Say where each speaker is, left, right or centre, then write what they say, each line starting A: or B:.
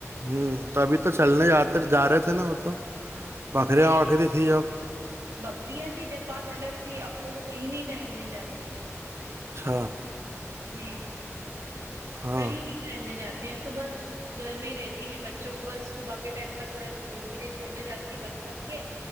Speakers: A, on the right; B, on the right.
A: ہوں تو ابھی تو چلنے جے جا رہے تھے نا وہ تو بکریاں
B: نہیں
A: وکری تھی اب-
B: بکریاں تھی جب بات الگ تھی اب تو وہ کہیں نہیں ٹہلنے جاتے ہیں-
A: چھ
B: جی
A: ہاں
B: کہیں نہیں ٹہلنے جاتی اب تو بس- گھر میں رہتی ہیں بچوں کو بس صبح کے ٹائم پر تھوڑا اسکول کے لیے چھوڑنے جاتی بس تک کے-